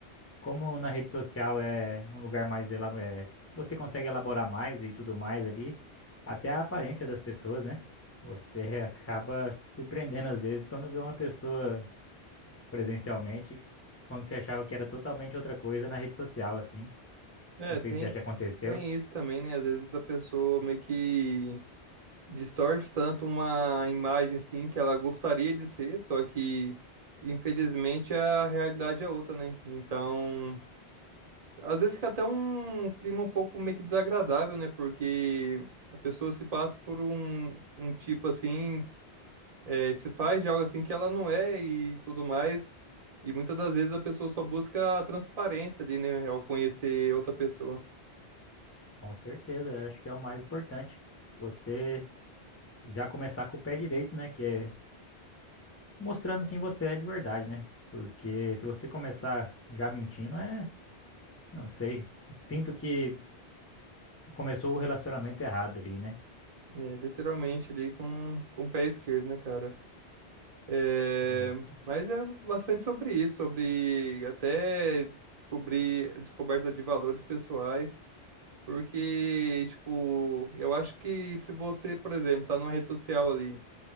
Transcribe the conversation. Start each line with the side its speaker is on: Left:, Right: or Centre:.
Left: como na rede social é um lugar mais elabo- é, você consegue elaborar mais e tudo mais ali, até a aparência das pessoas, né? Você <laughs> acaba se surpreendendo às vezes quando vê uma pessoa presencialmente, quando você achava que era totalmente outra coisa na rede social, assim.
Right: Né,
Left: Não sei
Right: tem,
Left: se já te aconteceu.
Right: tem isso também, né? Às vezes a pessoa meio que distorce tanto uma imagem, assim, que ela gostaria de ser, só que, infelizmente, a realidade é outra, né? Então, às vezes fica até um clima um pouco meio que desagradável, né? Porque a pessoa se passa por um, um tipo, assim é, se faz de algo assim que ela não é e tudo mais. E muitas das vezes a pessoa só busca a transparência ali, né, ao conhecer outra pessoa.
Left: Com certeza, eu acho que é o mais importante. Você já começar com o pé direito, né? Que é mostrando quem você é de verdade, né? Porque se você começar já mentindo, é, não sei. Sinto que começou o relacionamento errado ali, né?
Right: É, literalmente ali com, com o pé esquerdo, né, cara? É,
Left: Isso.
Right: mas é bastante sobre isso, sobre até descobrir descoberta de valores pessoais. Porque, tipo, eu acho que se você, por exemplo, tá numa rede social ali.